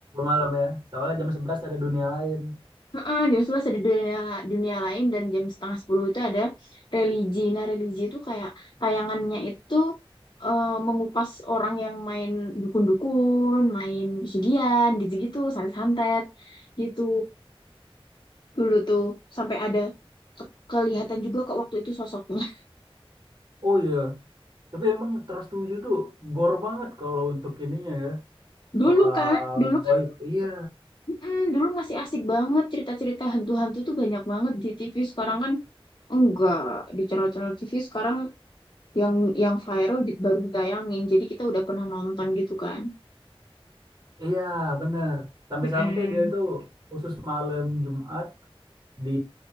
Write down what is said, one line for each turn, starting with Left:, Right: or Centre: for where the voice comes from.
Right: malam ya soalnya jam 11 ada dunia lain
Left: Heeh, jam 11 ada dunia, dunia lain dan jam setengah 10 itu ada religi. Nah, religi itu kayak tayangannya itu eh, mengupas orang yang main dukun-dukun, main pesugihan, gitu-gitu, santet-santet gitu. dulu tuh sampai ada ke- kelihatan juga kok waktu itu sosoknya.
Right: oh iya tapi emang Trust 7 tuh gore banget kalau untuk ininya ya
Left: <laughs> Dulu
Right: soal
Left: kan, dulu
Right: goib
Left: kan,
Right: iya
Left: mm, dulu masih asik banget cerita-cerita hantu-hantu tuh banyak banget di TV. Sekarang kan enggak di channel-channel TV sekarang yang yang viral di, baru ditayangin. Jadi kita udah pernah nonton gitu kan.
Right: Iya, bener. Sampai-sampai
Left: Mm-mm.
Right: dia tuh khusus malam Jumat di